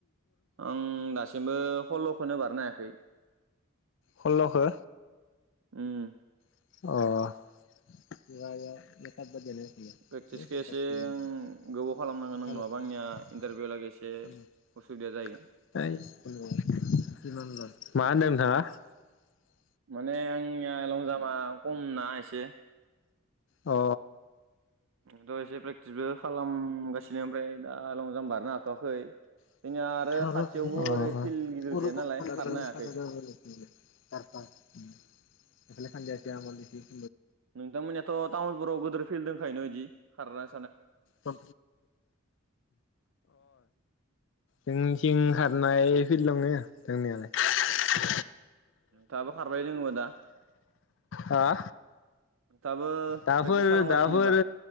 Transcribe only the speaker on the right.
आं दासिमबो सल्ल'खौनो बारनो हायाखै
उम।
प्रेक्टिसखौ एसे गोबाव
खालामनांगोन आं नङाबा आंनिया इन्टारभिउ लागै एसे
उसुबिदा जाहैगोन
माने आंनिया लंजामा खम ना एसे।
थ' एसे प्रेक्टिसबो खालामगासिनो ओमफ्राय दा लं जाम्प बारनो हाथ'वाखै।
जोंनिया आरो खाथियावबो ओरै फिल्ड गिदिर गैया नालाय खारनो हायाखै
नोंथांमोननियाथ' तामुलपुराव गेदेर फिल्ड दंखायोन' इदि खारनो
अ
दाबो खारबाय दोङ दा।
नोंथाङाबो
प्रेक्टिस खालामगासिनोबा